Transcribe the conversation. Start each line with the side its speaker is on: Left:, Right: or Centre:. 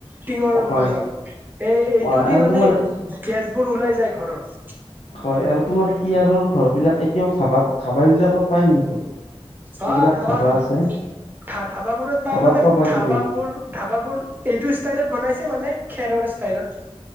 Right: টিঙৰ
Left: হয়,
Right: মাজত, এই এইটো
Left: অ',
Right: দি
Left: আৰু
Right: মানে
Left: তোমাৰ
Right: গে', -গে', -গেছবোৰ ওলাই যায় ঘৰৰ',
Left: হয়, আৰু তোমাৰ খেয়াৰৰ ঘৰ বিলাক এতিয়াও ধাবাত, ধাবাবিলাকত পায় কিন্তু', যিবিলাক
Right: অ', ধাবাত,
Left: ধাবা আছে,
Right: ধা', -ধা', - ধাবাাবোৰত পাই
Left: ধাবাত
Right: মানে
Left: পাবা
Right: ধা', -ধাবাবোৰ
Left: তুমি।
Right: - ধাবাাবোৰ', এইটো ষ্টাইলত বনাইছে মানে খেৰৰ ষ্টাইলত',